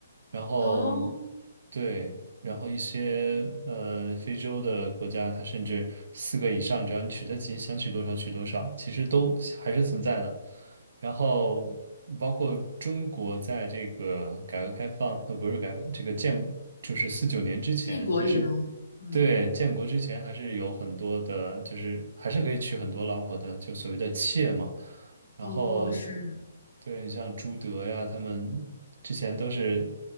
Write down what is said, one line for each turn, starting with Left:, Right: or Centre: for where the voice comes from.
Right: 然后
Left: 哦，
Right: 对，然后一些呃非洲的国家，它甚至四个以上，只要你娶得起，想娶多少娶多少，其实都还是存在的。然后包括中国在这个改革开放，呃，不是改革，这个建就是四九年之前，
Left: 建国以来，
Right: 其实嗯
Left: 嗯，
Right: 对建国之前还是有很多的，就是还是可以娶很多老婆的，就所谓的妾嘛。然后
Left: 哦，是，
Right: 对像朱德呀，他们之前都是